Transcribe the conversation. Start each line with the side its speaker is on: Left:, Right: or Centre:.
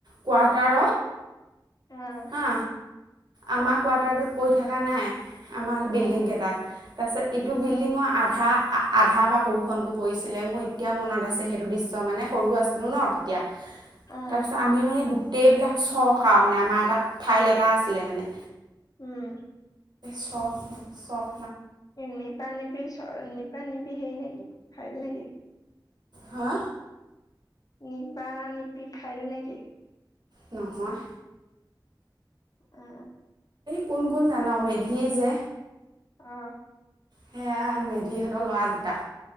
Right: কোৱাৰ্টাৰ
Left: আহ
Right: হা আমাৰ কোৱাৰ্টাৰটোত পৰি থকা নাই। আমাৰ
Left: উম
Right: বিল্ডিং কেইটাত তাৰপিছত ইটো বিল্ডিঙৰ আধা আধা পা বৰষুনটো পৰিছিলে মোৰ এতিয়াও মনত আছে সেইটো দৃশ্য। মানে সৰু আছিলো ন তেতিয়া
Left: আহ
Right: তাৰপিছত আমি মানে গো- টেইবিলাক চক আও, মানে আমাৰ এটা ফাইল এটা আছিলে মানে।
Left: উম।
Right: শ্বখ ন' শ্বখ
Left: নিবা নিবি চ নিবা নিবি হেই নেকি ফাইল নেকি?
Right: হা।
Left: নিবা নিবি ফাইল নেকি?
Right: নহয়।
Left: অ।
Right: কোন কোন জান মেধি যে
Left: অ
Right: সেয়া মেধিহঁতৰ ল'ৰা দুটা